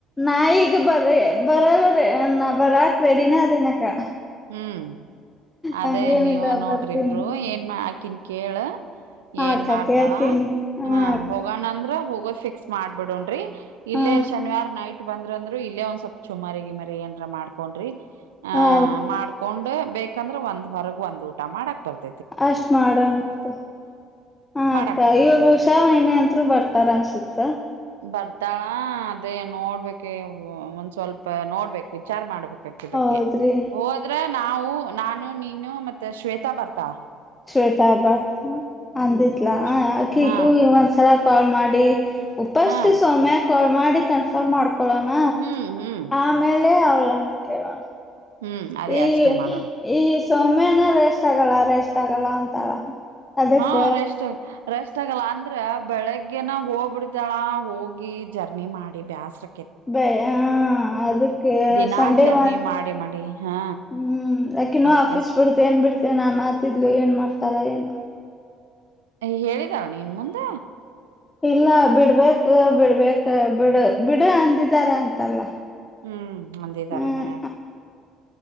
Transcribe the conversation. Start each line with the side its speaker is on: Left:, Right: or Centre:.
Left: ನಾ ಈಗ್ ಬರೀ ಬರ್ ಬರ ಬರ ರೆಡಿನ ಕ್ಕ
Right: ಹ್ಮ್ ಅದೇ
Left: ಹಂಗೇನಿಲ್ಲ
Right: ನೀವ ನೋಡ್ರಿಬರು
Left: ಬರ್ತೀನಿ
Right: ಏನ್ ಆಾಕನ್ ಕೇಳ
Left: ಹಾ
Right: ಏನ್
Left: ಅಕ್ಕ
Right: ಮಾಡ್ತಾಳ
Left: ಕೇಳ್ತೀನಿ ಹಾ
Right: ಹ
Left: ಅಕ್ಕ
Right: ಹೋಗಣಂದ್ರ ಹೋಗ ಹೋಗ್ ಫಿಕ್ಸ್ ಮಾಡಬಿಡೋಣನ್ರಿ ಇಲ್ಲೇ
Left: ಹಾ
Right: ಶನಿವಾರ್ ನೈಟ್ ಇ ಬಂದ್ರ ಅಂದ್ರ ಇ ಒಂದ್ ಸ್ವಪ್ ಚುಮಾರಿ ಗಿಮರಿ ಏನ್ರ ಮಾಡ್ಕೊಂಡ್ರಿ ಆ
Left: ಹಾ
Right: ಮಾಡ್ಕೊಂಡ್ ಬೇಕ್ ಯಾಕಂದ್ರೆ ಒಂದ್ರಗ್ ಒಂದ್ ಊಟ ಮಾಡಕ್ ಬತ್ತೆ
Left: ಅಷ್ಟ್ ಮಾಡೋಣಂತೆ ಹಕ್ಕ್
Right: ಮಾಡಾಕ್ ಬರ್ತೈತಿ
Left: ಇವ್ರು ಹುಷಾ ಮನೆ ಅ ಬರ್ತಾರೆ ಅನ್ಸುತ್ತೆ.
Right: ಬರ್ತಾಳಾ ಅದೇ ನೋಡ್ಬೇಕು ಒಂದ್ ಸ್ವಲ್ಪ ನೋಡ್ಬೇಕು ವಿಚಾರ ಮಾಡ್ಬೇಕು ಕ್ಕೆ
Left: ಹೌದ್ರಿ
Right: ಬಕ್ಕೆ ಹೋದ್ರ ನಾವು ನಾನು ನೀನು ಮತ್ತ್ ಶ್ವೇತಾ ಬರ್ತಾ
Left: ಶ್ವೇತಾ ಹಬ್ಬರ್ತ್ ಅಂದಿತ್ಲಾ
Right: ಶ್ವೇ
Left: ಅಕ್ಕಿಗೂ
Right: ಹಾ
Left: ಇವ್ ಒಂದ್ಸಲ ಕಾಲ್ ಮಾಡಿ, ಉಪಸ್ಥ
Right: ಹಾ
Left: ಸೌಮ್ಯ ಕಾಲ್ ಮಾಡಿ ಮಾಡಿ ಕ್ಯಾನ್ಫೋರ್ಮ ಮಾಡಿ, ಎಲೋನ.
Right: ಹ್ಮ್ ಹ್ಮ್
Left: ಆಮೇಲೆ ಅವಳ, ಪ್ರಾಣಕ್ಕೆ ಗಡ್,
Right: ಹ್ಮ್ ಅದೇ
Left: ಈ,
Right: ಅಷ್ಟೇ ಮಾಡೋಣ
Left: ಈ, ಚೂಮನೇನಾ ರೆಸ್ಟ್ ತೊಗಲ್ ರೆಸ್ಟ್ ತೊಹೋಳ ಅಂತಾಳ ಅದಕ್ಕ
Right: ಹಾ ರೆಷ್ಟ. ರೆಸ್ಟ್ ಆಗಲ್ಲ ಅಂದ್ರೆ ಬೆಳಗ್ಗೆನ ಹೋಗ್ಬಿಡ್ತಾಳ ಹೋಗಿ ಜರ್ನಿ ಮಾಡಿ ಬ್ಯಾಸ್ರ,
Left: ಬ ಹ ಅದಕ್ಕೆ
Right: ದಿನಾ
Left: ಸಂಡೇವಾ
Right: ಜರ್ನಿ ಮಾಡಿ ಮಾಡಿ ಹಾ
Left: ಹ್ಮ್ ಅಕಿನನ್ನು
Right: ಅದ್ಕ
Left: ಆಫೀಸ್ ಬಿಡ್ತ ಏನ್ ಬಿಡ್ತ, ಮತ್ತೆ ನಾನ್ ಆತಿದ್ಲು ಏನ್ ಮಾಡ್ತಾರ ಏನು?
Right: ಹೇಳಿದಾವ ನೀನ್ ಮುಂದ.
Left: ಇಲ್ಲ ಬಿಡ್, ಬಿಟ್ರೆ ಬಿಡ್ಬೇಕು. ಕ ಬಿಡು ಬಿಡು ಅಂದಿದಾರ ಅಂತಲ್ಲ?
Right: ಹ್ಮ್ ಅಂದಾರೆ
Left: ಹ್ಮ್
Right: ಮ್ಯಾನಿಗ,